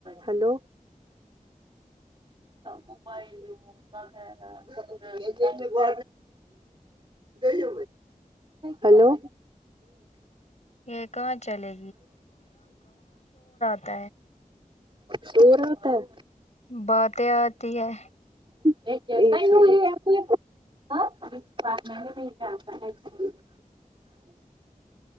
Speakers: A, on the right (about 35°); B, on the left (about 55°).
A: Hello موبائلو ب ج ہلو
B: یہ کہاں چلے ت
A: شور ہوتا ہے
B: باتیں آتی ہے
A: پچ منے نہیںتا